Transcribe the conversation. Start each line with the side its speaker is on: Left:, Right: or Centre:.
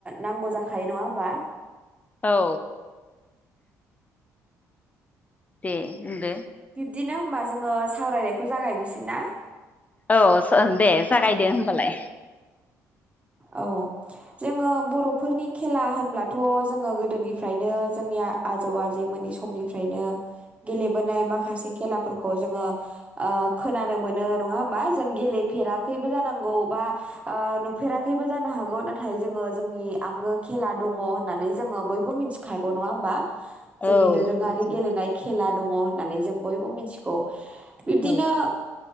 Right: नांगौ जाखायो नङा होमबा?
Left: औ। दे बुंदो।
Right: बिब्दिनो होमबा जोङो सावरायनायखौ जागायनोसै ना?
Left: औ स दे जागायदो होमबालाय।
Right: औ जोङो बरफोरनि खेला होनब्लाथ जोङो गोदोनिफ्रायनो जोंनिया आजौ आजैमोननि समनिफ्रायनो गेलेबोनाय माखासे खेलाफोरखौ जोङो ओ खोनानो मोनो नङा होमबा जोङो गेलेफेराखैबो जानांगौ बा ओ नुफेराखैबो जानो हागौ नाथाय जोङो जोंनि आंगो खेला दङ होननानै जोङो बयबो मिथिखागौ नङा होमबा? जोंनि
Left: औ
Right: दोरोङारि
Left: मिथियो
Right: गेलेनाय खेला दङ होननानै जों बयबो मिथिगौ। बिब्दिनो
Left: औ